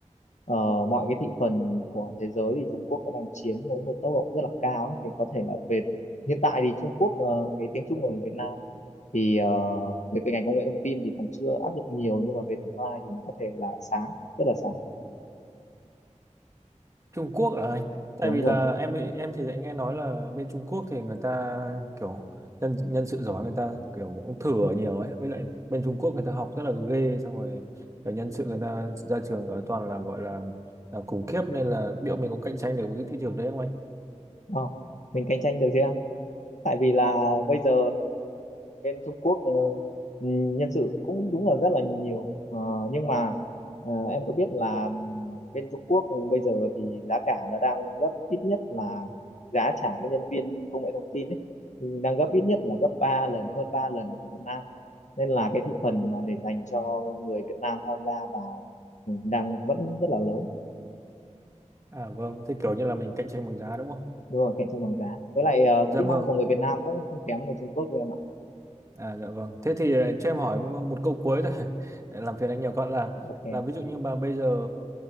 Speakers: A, on the left; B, on the right.
A: ờ, mọi cái thị phần của thế giới thì Trung Quốc đã đang chiếm với một tốc độ rất là cao ấy. thì có thể là về hiện tại thì Trung Quốc ờ, cái tiếng Trung ở Việt Nam thì ờ, về cái ngành công nghệ thông tin thì còn chưa áp dụng nhiều nhưng mà về tương lai thì nó có thể là sáng rất là sáng
B: Trung Quốc à anh tại
A: đúng
B: vì là
A: rồi
B: em bị- em thì lại nghe nói là bên Trung Quốc thì người ta kiểu nhân nhân sự giỏi người ta kiểu cũng thử ở nhiều ấy với lại bên Trung Quốc người ta học rất là ghê xong rồi kiểu nhân sự người ta ra trường ở toàn là gọi là là khủng khiếp nên là liệu mình có cạnh tranh được với cái thị trường đấy không anh
A: Ờ, mình cạnh tranh được chưa tại vì là bây giờ bên Trung Quốc ờ, ừ, nhân sự cũng đúng là rất là nhiều Ờ, nhưng mà ờ, em có biết là ừm, bên Trung Quốc bây giờ thì giá cả nó đang gấp ít nhất là giá trả cho nhân viên công nghệ thông tin ấy ừ, đang gấp ít nhất là gấp ba lần hơn 3 lần của Việt Nam nên là cái thị phần mà để dành cho người Việt Nam tham gia vào ừ, đang vẫn rất là lớn
B: À vâng, thế kiểu như là mình cạnh tranh bằng giá đúng không?
A: đúng rồi cạnh tranh bằng giá với lại ờ,
B: Dạ
A: kỹ
B: vâng.
A: năng của người Việt Nam cũng không kém người Trung Quốc đâu em ạ
B: À dạ vâng. Thế thì ờ, cho em hỏi m- một câu cuối thôi. <laughs> Để Làm phiền anh nhiều con là
A: ok
B: là ví dụ như bà bây giờ